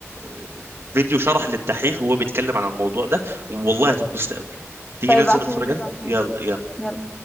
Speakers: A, on the right (about 55°); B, on the left (about 15°).
A: آه، فيديو شرح للدحيح وهو بيتكلم عن الموضوع ده والله هتنبسط قوي تيجي
B: طيب
A: ننزل
B: ابعتهولي
A: نتفرج عليه
B: ابعتهولي
A: يلا يلا
B: يلا